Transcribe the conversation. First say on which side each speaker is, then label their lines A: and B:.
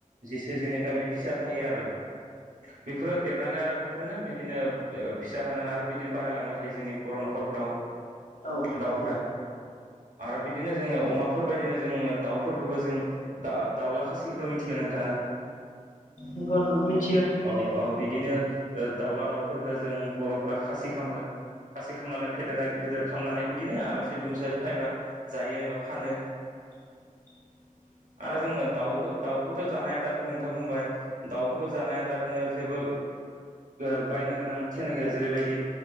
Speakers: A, on the right (about 70°); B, on the left (about 65°).
A: जेसे जनैथा बिदि फिसा थायो आरो।
B: <inaudible>
A: बेफोरो देरनानै आरो बेफोरनो बिदिनो फिसा होनानै आरो बिदिनो बारायलांबाय थायो जोंनि बर' न'खरफोराव।
B: औ नंगौ
A: दाउफोरा। आरो बिदिनो जोङो अमाफोर बदिनो जोङो दाउफोरखौबो जों दा-दाउला खासिखौथ' मिथि। नोंथाङा।
B: नंगौ नंगौ। मिथियो मिथिगौ
A: अ अ बिदिनो दाउला दाउफोरखौ जों बर'फोरा खासि खामो। खासि खामनानै फेदेरनाय गेदेर खामनानै बिदिनो आलासि दुमसिसि फैबा जायो एबा फानो।
B: <inaudible> नोंथां
A: आरो जोङो दाउखौ दाउखौथ' जानाय आदारखौ नोंथाङा बुंबाय दाउखौ। जानाय आदार होनो जेबो। ओ बायनो गोनां थिना गैया जेरैबायदि